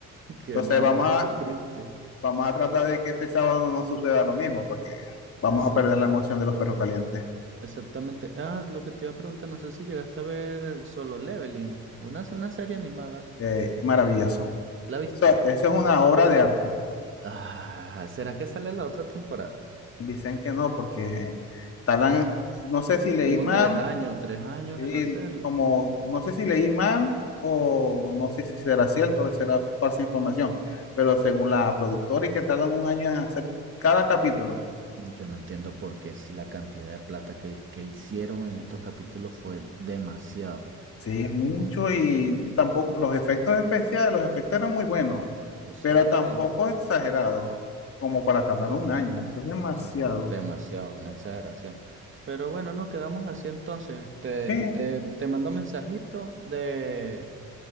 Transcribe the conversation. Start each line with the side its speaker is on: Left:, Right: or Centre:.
Right: <laughs> Qué
Left: Entonces
Right: mal,
Left: vamos a,
Right: qué triste.
Left: vamos a tratar de que este sábado no nos suceda lo mismo, porque vamos
Right: Exacto,
Left: a perder la emoción de los perros calientes.
Right: exactamente. Ah, lo que te iba a preguntar, no sé si llegaste a ver Solo Leveling, una, una serie animada.
Left: Eh, maravilloso.
Right: ¿La viste?
Left: Eso, eso es una obra de arte.
Right: Ah, ¿será que sale la otra temporada?
Left: Dicen que no, porque tardan, no sé si leí
Right: Como
Left: mal,
Right: tres años, tres años
Left: y
Right: en hacerla.
Left: como, no sé si leí mal o no sé si será cierto o será falsa información, pero según la productora y que tardan un año en hacer cada capítulo.
Right: Mm, Yo no entiendo por qué si la cantidad de plata que, que hicieron en estos capítulos fue demasiado.
Left: Sí, es mucho
Right: Mm,
Left: y tampoco los efectos especiales, los efectos eran muy buenos.
Right: Exacto,
Left: pero tampoco exagerado como para tardar un año. Eso es demasiado.
Right: es demasiado, una exageración. Pero bueno, nos quedamos así entonces. Este,
Left: Sí,
Right: te, te mando un mensajito de,